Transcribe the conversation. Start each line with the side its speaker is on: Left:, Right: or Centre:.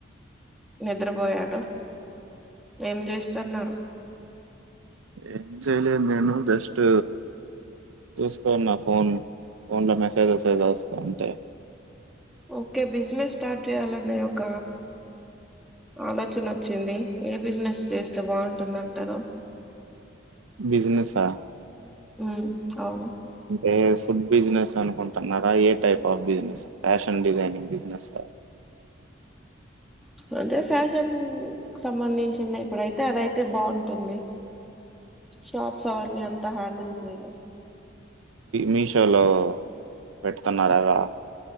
Centre: నిద్రపోయాడు ఏం చేస్తున్నారు
Right: ఎం చెయ్యలేదు నేను జస్ట్ చూస్తూ ఉన్నా ఫోన్ ఫోన్ లో మెసేజెస్ ఏదో వస్తా ఉంటే
Centre: ఓకే బిజినెస్ స్టార్ట్ చేయాలనే ఒక ఆలోచన వచ్చింది. ఏ బిజినెస్ చేస్తే బాగుంటుంది అంటారు.
Right: బిజినెస్సా
Centre: ఉమ్ అవును
Right: ఏ ఫుడ్ బిజినెస్ అనుకుంటున్నారా ఏ type of business fashion designing business ఆ
Centre: అంటే ఫ్యాషన్ సంబంధించిన ఇప్పుడైతే అదయితే బాగుంటుంది. షాప్స్ అవన్నీ అంతా హ్యాండిల్ చెయ్యలేం.
Right: మీషో లో పెడుతున్నారు అవా